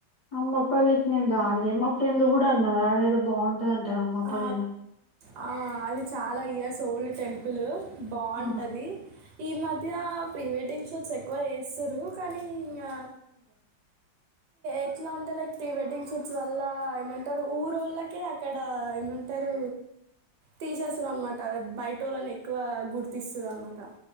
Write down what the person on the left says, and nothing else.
అమ్మ పల్లికి నేను రాలే మా ఫ్రెండ్ కూడా అన్నారు ఆడ ఏదో బాగున్ తదంటరా అమ్మా
పల్లిలో
ఆ,